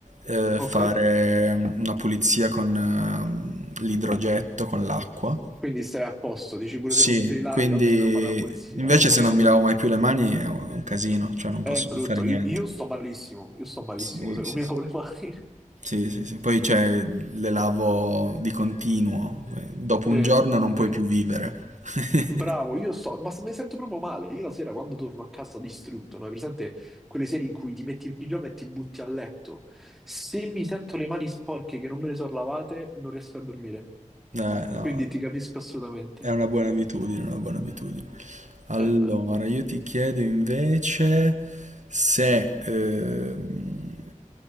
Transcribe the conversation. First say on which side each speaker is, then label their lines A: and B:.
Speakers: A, on the right; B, in the centre.
A: eh,
B: ok.
A: fare una pulizia con ehm, l'idrogetto, con l'acqua.
B: Quindi stai a posto, dici pure
A: Sì,
B: se non te li lavi,
A: quindi
B: tanto devo fare la pulizia.
A: invece
B: Ok,
A: se
B: hai
A: non mi lavo
B: vinto.
A: mai più le mani è un è un casino, cioè non
B: È
A: posso
B: brutto,
A: più fare niente.
B: io, io sto malissimo, io sto malissimo
A: Sì,
B: se non
A: sì,
B: mi
A: sì.
B: lavo le mani. <laughs>
A: Sì, sì, sì. Poi cioè, le lavo di continuo. Eh, Dopo
B: Sì,
A: un giorno non puoi
B: sì.
A: più vivere. <laughs>
B: Bravo, io sto, ma mi sento proprio male. Io la sera quando torno a casa distrutto, no? Hai presente quelle sere in cui ti metti il pigiama e ti butti a letto? Se mi sento le mani sporche che non me le sono lavate, non riesco a dormire.
A: Eh, no,
B: Quindi ti capisco assolutamente.
A: è una buona abitudine, una buona abitudine. Allora,
B: Eh, eh,
A: io ti chiedo invece se... ehm,